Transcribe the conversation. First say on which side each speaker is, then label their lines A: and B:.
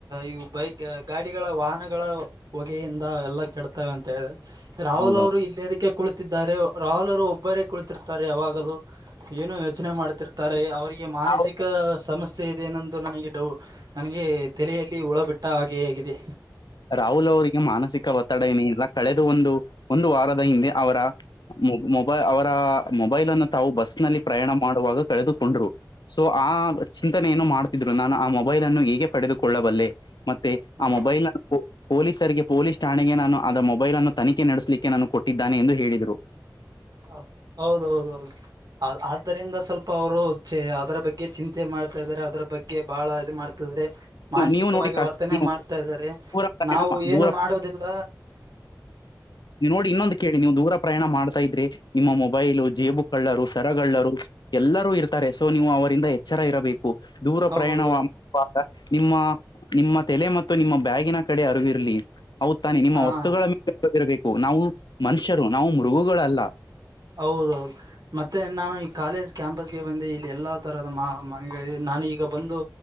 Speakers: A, on the right; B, on the left.
A: ಇವು ಬೈಕ್ ಗಾಡಿಗಳ ವಾಹನಗಳ ಹೊಗೆಯಿಂದ ಎಲ್ಲ ಕೆಡ್ತವೆ ಅಂತ ಹೇಳಿದ ರಾಹುಲ್
B: ಹೌದೌದು
A: ಅವರು ಇಲ್ಲೇದಕ್ಕೆ ಕುಳಿತಿದ್ದಾರೆ ರಾಹುಲ್ ಅವರು ಒಬ್ಬರೇ ಕುಳಿತಿರ್ತಾರೆ ಯಾವಾಗ ಏನು ಯೋಚನೆ ಮಾಡುತ್ತರ್ತಾರೆ ಅವರಿಗೆ ಮಾನಸಿಕ
B: ನಾವು
A: ಸಮಸ್ಯೆ ಇದೆನ್ನಂದು ನನಗೆ ಡೌ ನನಗೆ ತಲೆಯಲ್ಲಿ ಹಳ ಬಿಟ್ಟ ಹಾಗೆ ಹೇಗಿದೆ
B: ರಾಹುಲ್ ಅವರಿಗೆ ಮಾನಸಿಕ ಒತ್ತಡ ಏನೇ ಇಲ್ಲ ಕಳೆದ ಒಂದು ಒಂದು ವಾರದ ಹಿಂದೆ ಅವರ ಮೊ ಮೊಬೈ ಅವರ ಮೊಬೈಲ್ ಅನ್ನು ತಾವು ಬಸ್ನಲ್ಲಿ ಪ್ರಯಾಣ ಮಾಡುವಾಗ ಕಳೆದುಕೊಂಡ್ರು ಸೊ ಆ ಚಿಂತನೆ ಏನು ಮಾಡ್ತಿದ್ರು ನಾನು ಆ ಮೊಬೈಲ್ ಅನ್ನು ಹೀಗೆ ಪಡೆದುಕೊಳ್ಳಬಲ್ಲೆ ಮತ್ತೆ
A: ಹ
B: ಆ ಮೊಬೈಲ್ ಪೊಲೀಸರಿಗೆ ಪೊಲೀಸ್ ಠಾಣೆಗೆ ನಾನು ಅ ಮೊಬೈಲ್ ಅನ್ನು ತನಿಖೆ ನಡೆಸಲಿಕ್ಕೆ ನಾನು ಕೊಟ್ಟಿದ್ದಾನೆ ಎಂದು ಹೇಳಿದರು
A: ಹ ಹೌದೌದ ಹೌದು ಆ ಇದದರಿಂದ ಸ್ವಲ್ಪ ಅವರು ಅದರ ಬಗ್ಗೆ ಚಿಂತೆ ಮಾಡ್ತಾ ಇದ್ದಾರೆ ಅದರ ಬಗ್ಗೆ ಗೆ ಬಹಳ ಇದು ಮಾಡ್ತಾರೆ ಮಾನಸಿಕವಾಗಿ
B: ನೀವು ನೋಡಿ ಕಾಶಿ
A: ವರ್ತನೆ
B: ನೀವು
A: ಮಾಡ್ತಾ ಇದಾರೆ
B: ದೂರ ಪ್ರಯಾಣ
A: ನಾವು ಏನು
B: ದೂರ
A: ಮಾಡೋದಿಲ್ಲ
B: ನೀ ನೋಡಿ ಇನ್ನೊಂದು ಕೇಳಿ ನೀವು ದೂರ ಪ್ರಯಾಣ ಮಾಡ್ತಾ ಇದ್ರಿ ನಿಮ್ಮ ಮೊಬೈಲು ಜೇಬುಕ್ಳ್ಳರು ಸರಗಳಳ್ಳರು ಎಲ್ಲರೂ ಇರ್ತಾರೆ ಸೊ ನೀವು ಅವರಿಂದ ಎಚ್ಚರ ಇರಬೇಕು ದೂರ
A: ಹೌದೌದು
B: ಪ್ರಯಾಣ ಮಾಡುವಾಗ ನಿಮ್ಮ ನಿಮ್ಮ ತೆಲೆ ಮತ್ತು ನಿಮ್ಮ ಬ್ಯಾಗಿನ ಕಡೆ ಅರಿವಿರ್ಲಿ ಹೌದ ತಾನೆ ನಿಮ್ಮ
A: ಹಾ
B: ವಸ್ತುಗಳ ಮೇಲೆದಿರಬೇಕು ನಾವು ಮನುಷ್ಯರು ನಾವು ಮೃಗುಗಳಲ್ಲ
A: ಹೌದೌದು ಮತ್ತೆ ನಾನು ಈ ಕಾಲೇಜ್ ಕ್ಯಾಂಪಸ್ಗೆ ಬಂದ ಇಲ್ಲಿ ಎಲ್ಲಾ ತರದ ಮಾ ಮನೆಗಳ ನಾನು ಈಗ ಬಂದು